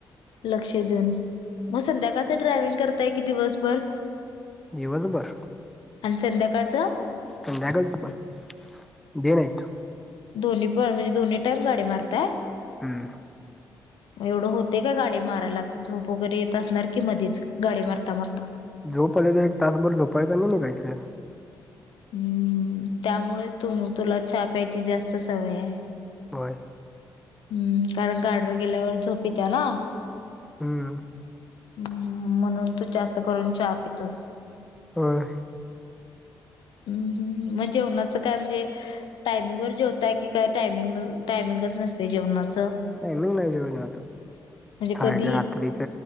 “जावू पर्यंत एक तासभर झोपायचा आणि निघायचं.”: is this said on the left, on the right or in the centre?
Centre